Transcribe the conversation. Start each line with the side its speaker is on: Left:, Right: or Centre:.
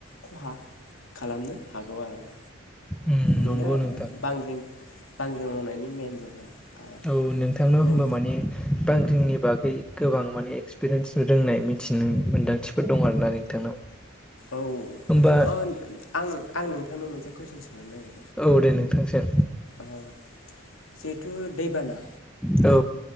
Left: खहा खालामनो हागौ आरोना
Centre: उम नंगौ
Left: बेनो आरोना
Centre: नोंथां
Left: बांग्रिं बांग्रिं मावनायनि मेन जाहोना
Centre: औ नोंथांनाव
Left: नों
Centre: होनबा माने बांंग्रिं बागै गोबां माने एक्सपिरियेन्स रोंनाय मिथिनो मोन्दांथिफोर दं आरो ना नोंथांनाव
Left: औ
Centre: होमबा
Left: आं आं नोंथांनाव मोनसे कुइसन सोंहरनो नागिरदों
Centre: औ दे नोंथां सों
Left: ओ जिहेथु दैबाना
Centre: औ